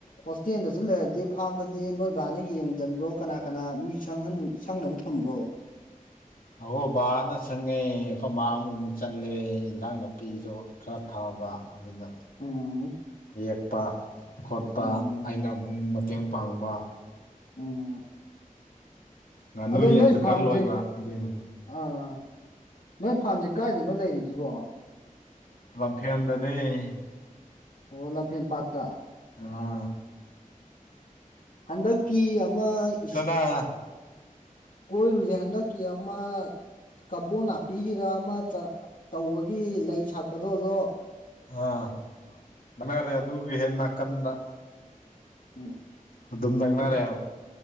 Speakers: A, on the left; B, on the left.
A: ꯍꯣꯁꯇꯦꯜꯗꯁꯨ ꯂꯩꯔꯗꯤ ꯐꯥꯔꯝꯗꯗꯤ ꯅꯣꯏꯕꯥꯅ ꯌꯦꯡꯖꯟꯕ꯭ꯔꯣ ꯀꯅꯥ ꯀꯅꯥ ꯃꯤ ꯁꯪꯍꯟ ꯁꯪꯅꯕ ꯊꯝꯕ꯭ꯔꯣ
B: ꯑꯩꯈꯣꯏ ꯕꯥꯅ ꯁꯪꯉꯦ ꯑꯩꯈꯣꯏ ꯕꯥ ꯑꯃꯨꯛ ꯑꯃꯨꯛ ꯆꯠꯂꯦ ꯏꯟꯖꯥꯡ ꯅꯥꯄꯤꯗꯣ ꯈꯔ ꯊꯥꯕ ꯑꯗꯨꯅ
A: ꯎꯝ
B: ꯌꯦꯛꯄ ꯈꯣꯠꯄ
A: ꯎꯝ
B: ꯑꯩꯅ ꯑꯃꯨꯛ ꯇꯦꯡ ꯄꯥꯡꯕ
A: ꯎꯝ
B: ꯉꯥꯅꯨ
A: ꯑꯗꯣ
B: ꯌꯦꯟꯁꯨ
A: ꯅꯣꯏ ꯐꯥꯔꯝꯁꯦ
B: ꯈꯔ ꯂꯣꯏꯕ ꯑꯗꯨꯏꯅꯤ
A: ꯑꯥ ꯅꯣꯏ ꯐꯥꯝꯁꯦ ꯀꯥꯏꯗꯅꯣ ꯂꯩꯔꯤꯁꯤꯕꯣ
B: ꯂꯝꯐꯦꯟꯗꯅꯤ
A: ꯑꯣ ꯂꯝꯐꯦꯟ ꯄꯥꯠꯇ
B: ꯑ
A: ꯍꯟꯗꯛꯀꯤ ꯑꯃ ꯏꯁ
B: ꯑꯥ
A: ꯀꯣꯏꯔꯨꯁꯦ ꯍꯟꯗꯛꯀꯤ ꯑꯃ ꯀꯕꯣ ꯅꯥꯄꯤꯒꯤꯔ ꯑꯃ ꯇꯧꯕꯒꯤ ꯂꯩ ꯁꯥꯠꯄꯗꯣꯗꯣ
B: ꯑꯥ ꯃꯅꯥꯔꯦ ꯑꯗꯨꯒꯤ ꯍꯦꯛ ꯅꯥꯀꯟꯗꯅꯤ
A: ꯎꯝ
B: ꯑꯗꯨꯝ
A: ꯎꯝ
B: ꯅꯀꯅꯥꯔꯦꯕ